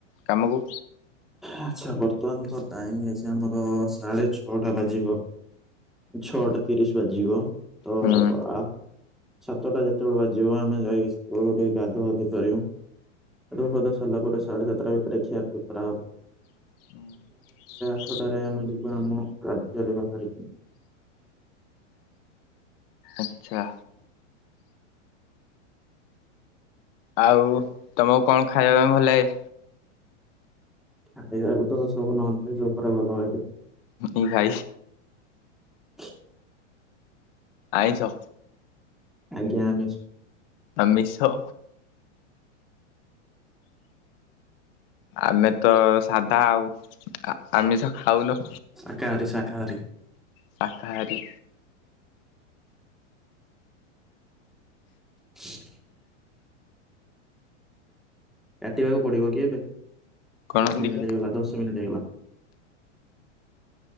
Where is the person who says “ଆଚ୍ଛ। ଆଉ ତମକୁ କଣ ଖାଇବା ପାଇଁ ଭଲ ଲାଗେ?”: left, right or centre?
Left